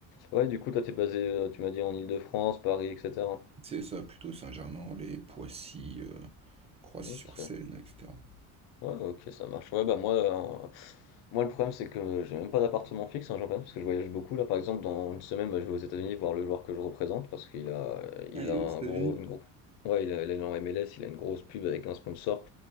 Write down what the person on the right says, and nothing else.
C'est ça, plutôt Saint-Germain-en-Laye, Poissy, euh, Croissy-sur-Seine,
etc.
Ah, il
est
aux États-Unis.